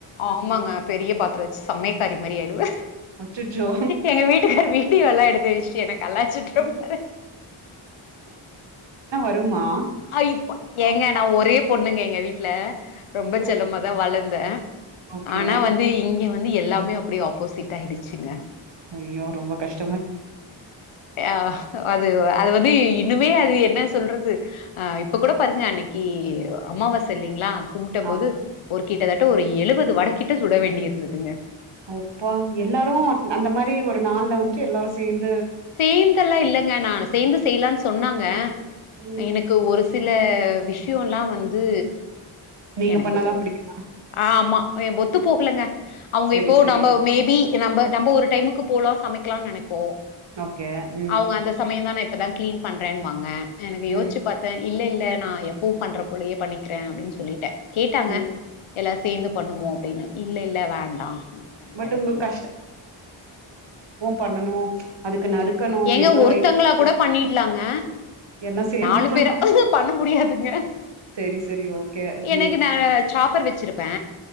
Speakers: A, on the left; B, on the right.
A: ஆமாங்க பெரிய பாத்திர சமயக்காரி மாரி ஆயிடுவ
B: அச்சச்சோ!
A: எங்க வீட்டுக்கார் வீடியோலா எடுத்து வச்சுடு என்ன கலாய்ச்சுட்டு
B: ம்.
A: இருப்பாரு
B: ருமா
A: அ இப்ப ஏங்க நா ஒரே பொண்ணுங்க எங்க வீட்டுல ரொம்ப
B: ஓ!
A: செல்லமா தா வளந்தே
B: ஓகே.
A: ஆனா வந்து இங்க வந்து எல்லா ண்மையா அப்டியே ஆப்போசிட் ஆயிடுச்சுங்க
B: ஐய்யோ ரொம்ப கஷ்
A: ஆ அது அது வந்து இன்னுமே அது என்ன சொல்றது ஆ இப்ப கூட பாருங்க அன்னிக்கு அம்மாவாச இல்லிங்களா கும்ட்ட போது
B: ஆமா.
A: ஒரு கிட்டதட்ட ஒரு எழுவது வட கிட்ட சுட வேண்டிய இருந்ததுங்க
B: அப்பா எல்லாரும் அ அந்த மாரி ஒர் ப்ப நாள்ல வந்துட்டு எல்லாரும் சேந்து
A: சேந்தெல்லாம் இல்லங்க நான் சேந்து செய்யலான்னு சொன்னாங்க
B: ம்.
A: எனக்கு ஒரு சில விஷயோல்லாம் வந்து
B: நீங்க
A: எனக்கு
B: பண்ணா தான் பிடிக்கும்.
A: ஆ ஆமா என் புத் ஒத்து போகலங்க அவுங்க
B: சரி,
A: இப்போ
B: சரி.
A: நம்ப மேபி க்கே நம்ப நம்ப ஒரு டைமுக்கு போலாம் சமைக்கலாம்னு நனைப்போ
B: ஓகே. ம்.
A: அவங்க அந்த சமயம் தானே இப்பதா கிளீன் பண்றேன்னு வாங்க எனக்கு
B: ம்.
A: யோச்சு பாத்தேன் இல்ல இல்ல நா எப்பவும் பண்ற பொடியே பண்ணிக்கிறேன் அப்படின்னு சொல்லிட்டே கேட்டாங்க
B: ம்.
A: எல்லார சேர்ந்து பண்ணுவோம் அப்படின்னு இல்ல இல்ல வேண்டாம். நா தனியாவே
B: பட் உங்களுக்கு
A: பண்ணிக்கி
B: பண்ணணும் அதுக்கு நறுக்கணு
A: எங்க
B: எவ்ளோ
A: ஒருத்தங்கள
B: ஐட்டம்ஸ்
A: கூட
B: ரெடி
A: பண்ணிடலாங்க
B: எல்லா சேந்து
A: நாலு பேரா பண்ண முடியாதுங்க
B: சரி சரி ஓகே
A: எனக்கு
B: உம்
A: நா சாப்பர் வச்சிருப்பே